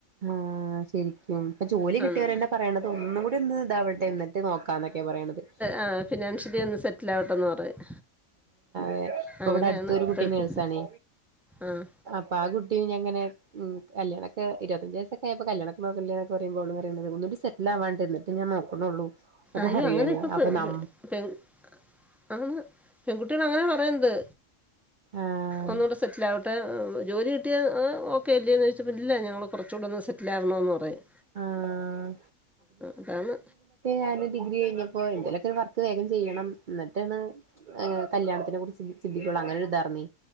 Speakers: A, on the right; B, in the centre.
A: ആഹ് ആഹ് ശരിക്കും ഇപ്പ ജോലി കിട്ടിയവര്
B: ആണ്
A: തന്നെ പറയണത് ഒന്നും കൂടി ഒന്ന് ഇതാവട്ടെ എന്നിട്ട് നോക്കാന്നൊക്കെയാ പറയണത്
B: ആ ഫിനാൻഷ്യലി ഒന്ന് സെറ്റിൽ ആവട്ടെന്ന് പറയും
A: ഇപ്പ
B: അങ്ങനെയാണ്
A: ഇവിട അടുത്ത് ഒരു
B: ഇപ്പോഴത്തെ
A: കുട്ടി നഴ്‌സ്‌ ആണെ
B: ആഹ്
A: അപ്പ ആ കുട്ടി ഞാൻ ഇങ്ങനെ കല്യാണൊക്കെ ഇര <unintelligible> വയസൊക്കെ ആയപ്പോ കല്യാണോക്കെ നോക്കാണില്ലേന്ന്‌ ഒക്ക പറയുമ്പോൾ അവള് പറയണത് <unintelligible> സെറ്റിൽ ആവ <unintelligible> എന്നിട്ട് ഞാൻ നോ ണുള്ളൂ എന്ന്
B: അയ്യോ
A: പറയാണി
B: അങ്ങനെ ഇപ്പം
A: അപ്പൊ
B: പെ
A: ന
B: പെ- പെൺ ആണ് പെൺകുട്ടികൾ അങ്ങനെ പറയണത്
A: ആഹ്
B: ഒന്നൂടെ സെറ്റിൽ ആവ വട്ടെ. ജോലി കിട്ടിയാ ഓക്കെ ഇല്ലേന്ന് ചോദിച്ചപ്പ ഇല്ല ഞങ്ങള് കൊറച്ചുടൊന്ന് സെറ്റിൽ ആവണോന്ന് പറയും
A: ആഹ്
B: അതാണ്
A: ഞാന് ഡിഗ്രി കഴിഞ്ഞപ്പോ എന്തേലും ഒക്കെ ഒരു വർക്ക് വേഗം ചെയ്യണം എന്നിട്ടാണ് കല്യാണത്തിനെ കുറിച്ച് ചിന്തിക്കുള്ളൂ അങ്ങനെ ഒരു ഇതാർന്നേ